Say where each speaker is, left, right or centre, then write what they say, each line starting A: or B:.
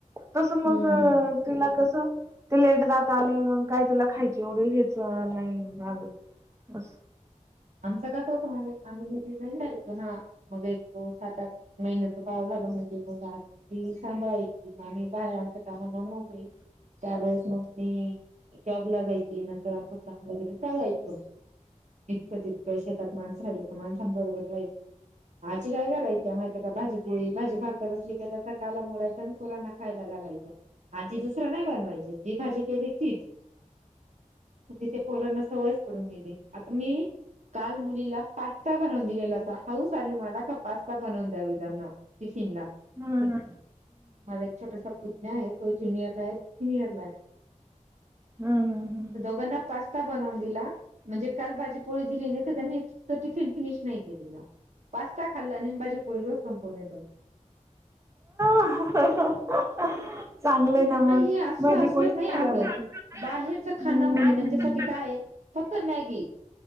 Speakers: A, on the right; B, on the right.
A: तसं मग
B: हम्म हम्म
A: तिला कस त लेट दात आले मग काय तुला खायची एवढी हेच नाही आल. बस
B: आमचा कस होतं म आम्ही घरी नाही रायचो ना मग हो सात आठ महिन्याच बाळ झालं म्हणजे मग आजी सांभाळाय. बाहेर आच्या कामांना नकळी <inaudible> त्यावेळेस मग मी जॉब ला जायची नंतर आमचं काम वगैरे चालयच. तितकं शेतात माणसं राहिली तर माणसांबरोबर जायचं आजी काय करायची. त्या बाजू प <inaudible> भाजी भाकर असली की त्याचा काला मोडायचा आणि पोरांना खायला घालायच आजीस नाही बनवायचे जी भाजी केली तीच तथ पोरांना सवयच करून गेली आता मी काल मुलीला पास्ता बनवून दिलेला होता हाऊस आली मला का पास्ता बनवून द्यावी त्यांना ते सनला <inaudible>
A: हम्
B: मला एक छोटासा पुतण्या आहे तो ज्यनियरला आहे सिनियरला आहे.
A: हम्म हम् हम्
B: तर दोघांना पास्ता बनवून दिला म्हणजे काल पोळी दिली नाही तर त्यांनी तो टिफिन फिनिश नाही केलेला. पास्ता खाल्ला अण भाजी पोळी संपवून येतात.
A: <unintelligible>
B: म्हणजे
A: ना
B: त्यांना
A: मग
B: हे असलं
A: भाजी
B: असलं
A: पोळीच
B: नाही
A: खायला
B: आवडत
A: पाहिजे.
B: बाहेरच खाना
A: हम्म
B: म्हणजे त्यांच्यासाठी काय आहे. फक्त मॅगी